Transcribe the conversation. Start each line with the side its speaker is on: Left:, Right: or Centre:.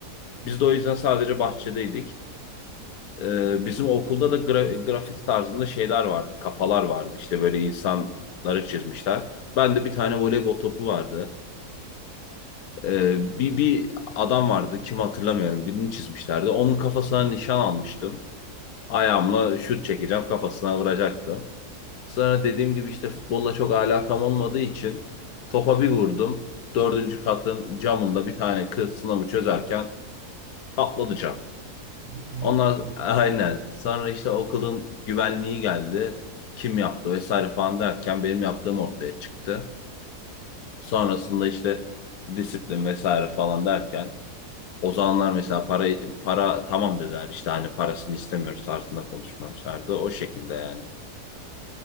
Right: Hı
Left: Biz
Right: hı.
Left: de o yüzden sadece bahçedeydik. Ee, bizim okulda da gra- grafiti tarzında şeyler vardı, kafalar vardı. İşte böyle insanları çizmişler. Ben de bir tane voleybol topu vardı. Ee, bir, bir adam vardı, kim hatırlamıyorum, birini çizmişlerdi. Onun kafasına nişan almıştım. Ayağımla şut çekeceğim kafasına vuracaktım. Sonra dediğim gibi işte futbolla çok alakam olmadığı için topa bir vurdum. Dördüncü katın camında bir tane kız sınavı çözerken patladı cam.
Right: Ciddi
Left: Onlar
Right: misin ya?
Left: aynen. Sonra işte okulun güvenliği geldi. Kim yaptı vesaire falan derken benim yaptığım ortaya çıktı. Sonrasında işte disiplin vesaire falan derken o zamanlar mesela para para tamam dediler işte hani parasını istemiyoruz tarzında konuşmamışlardı. O şekilde yani.